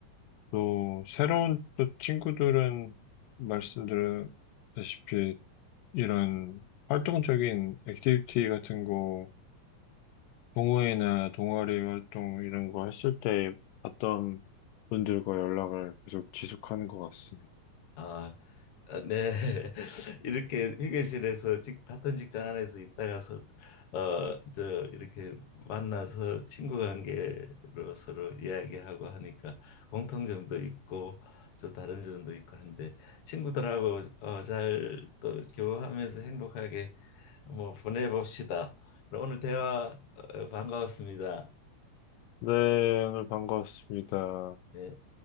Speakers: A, on the left (about 85°); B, on the left (about 50°).
A: 또 새로운 또 친구들은 말씀드렸다시피 이런 활동적인 액티비티 같은 거 동호회나 동아리 활동 이런 거 했을 때 봤던 분들과 연락을 계속 지속하는 것 같습니다.
B: 아, 아, 네. <laughs> 이렇게 휴게실에서 직, 같은 직장 안에서 있다가서 어, 저 이렇게 만나서 친구 관계로 서로 이야기하고 하니까 공통점도 있고 저 다른 점도 있고 한데 친구들하고 어, 잘 또 교류하면서 행복하게 뭐 보내봅시다. 오늘 대화 어, 반가웠습니다.
A: 네, 오늘 반가웠습니다.
B: 예.